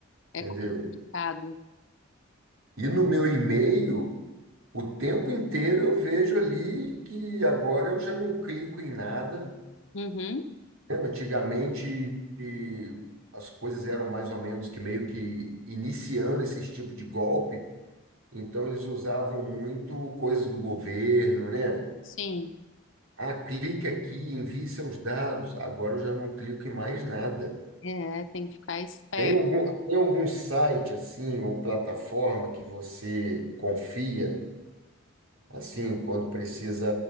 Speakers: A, on the left (about 65°); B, on the right (about 80°).
A: é
B: entendeu?
A: complicado.
B: E no meu e-mail. O tempo inteiro eu vejo ali que agora eu já não clico em nada.
A: Uhum,
B: né? Antigamente e as coisas eram mais ou menos que meio que iniciando esse tipo de golpe, então eles usavam muito coisas do governo, né?
A: sim,
B: Ah, clique aqui, envie seus dados. Agora eu já não clico em mais nada.
A: é, tem que ficar esperto.
B: Tem algum, tem algum site assim ou plataforma que você confia assim quando precisa